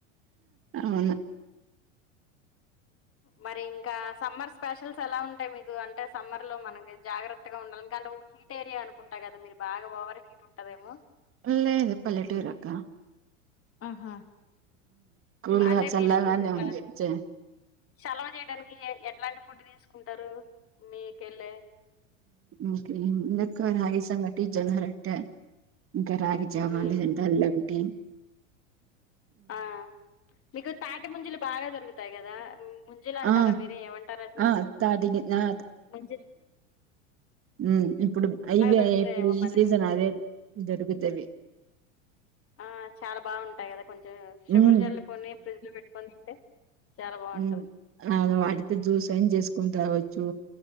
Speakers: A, on the right (about 35°); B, on the left (about 35°).
A: అవును
B: మరి ఇంకా సమ్మర్ స్పెషల్సేలా ఉంటాయి మీకు అంటే సమ్మర్లో మనకి జాగ్రత్తగా ఉండా ఇంకా నువ్ హీట్ ఏరియా అనుకుంటా గదా మీరు బాగా ఓవర్ హీట్ ఉంటదేమో
A: లేదు పల్లెటూరక్కా.
B: ఆహా
A: కూల్గా
B: అంటే
A: చల్లగానే
B: మీరు ఇట్లా
A: ఉంది చే
B: సలవ జేయడానికి ఏ ఎ ఎలాంటి ఫుడ్ తీస్కుంటరు మీకెళ్ళే
A: ఓకే ముందక్క రాగిసంగటి జొన్నరోట్టే ఇంకా రాగిజావా
B: మ్,
A: లేదంటే అల్లంటి
B: ఆ మీకు తాటి ముజెలు బాగా దొరుకుతాయి కదా ముంజలంటారా
A: ఆ
B: మీరు ఏమంటారట్ని
A: ఆ తాటి గి ఆ
B: ముంజ్
A: మ్ ఇప్పుడు ఇవే
B: దొరుకుతాయేమో
A: ఇప్పుడు ఈ
B: పల్లెటూరు
A: సీజన్ అదే దొరుకుతది
B: ఆ చాలా బాగుంటాయి గదా కొంచెం షుగర్
A: ఉమ్
B: జల్లుకొని ఫ్రిడ్జ్లో పెట్కోన్ తింటే చాలా బావుంటది.
A: మ్ ఆ వాటితో జ్యూస్ ఐన్ చేస్ కొన్ తాగచ్చు